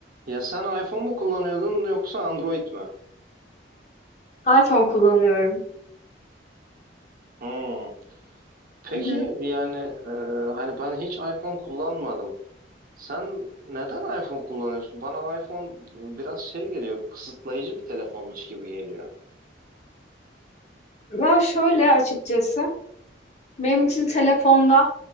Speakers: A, on the right; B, on the left.
A: Ya sen iPhone mu kullanıyordun yoksa Android mi?
B: iPhone kullanıyorum.
A: Hmm. Peki
B: Hı hı.
A: yani e, hani ben hiç iPhone kullanmadım. Sen neden iPhone kullanıyorsun? Bana iPhone biraz şey geliyor, kısıtlayıcı bir telefonmuş gibi geliyor.
B: Ya şöyle açıkçası benim için telefonda